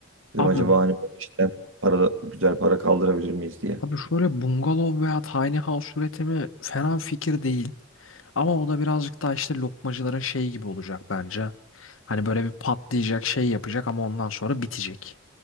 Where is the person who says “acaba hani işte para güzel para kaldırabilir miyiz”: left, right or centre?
Right